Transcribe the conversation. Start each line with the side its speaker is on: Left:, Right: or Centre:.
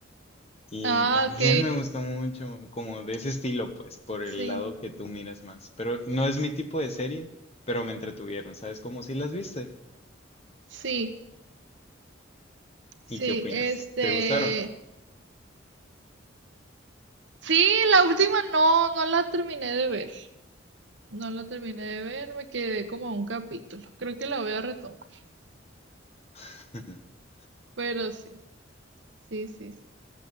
Left: Y
Right: Ah,
Left: también
Right: ok,
Left: me gustó mucho, como de ese estilo, pues, por el
Right: sí,
Left: lado que tú miras más. Pero no es mi tipo de serie, pero me entretuvieron, ¿sabes? Como si las viste.
Right: sí, sí,
Left: ¿Y qué opinas?
Right: este,
Left: ¿Te gustaron?
Right: sí, la última no, no la terminé de ver, no la terminé de ver, me quedé como a un capítulo, creo que la voy a retomar,
Left: <laughs>
Right: pero sí, sí, sí, sí.